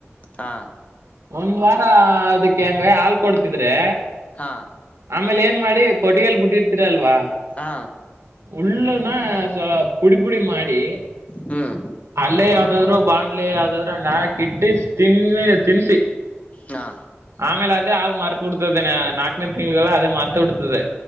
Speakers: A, on the left; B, on the right.
A: ಹಾ
B: ಒಂದ್ ವಾರ ಅದಕ್ಕೆ ಹೆಂಗ ಹಾಲ್ ಕೊಡ್ತಿದ್ರೆ
A: ಹಾ
B: ಆಮೇಲೆ ಏನ್ ಮಾಡಿ ಕೊಟ್ಟಿಗೆಲ್ ಬಿಟ್ಟಿರ್ತೀರ ಅಲ್ವಾ
A: ಹಾ
B: ಉಳ್ಳು ಲ ಪುಡಿ ಪುಡಿ ಮಾಡಿ
A: ಹ್ಮ್
B: ಅಲ್ಲೇ ಯಾವ್ದಾದ್ರು ಬಾಾಣ್ಲೆ ಯಾವ್ದಾದ್ರರು ಹಂಗ ಹಾಕಿ ಇಟ್ಟಿ ತಿನ್ನಿ ತಿನ್ಸಿ
A: ಹಾ
B: ಆಮೇಲೆ ಅ ಅದೆ ಹಾಲ್ ಮತ ಬಿಡ್ತದೆೇ ನಾಲ್ಕನೇ ತಿಂಗಳಲ್ಲ ಅದ ಮತ ಬಿಡ್ತದೆ